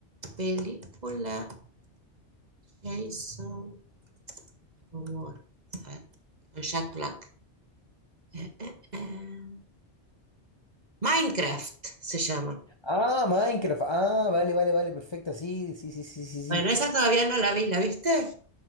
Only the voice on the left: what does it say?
Ah, Minecraft. Ah, vale, vale, vale, perfecto. Sí, sí, sí, sí, sí, sí.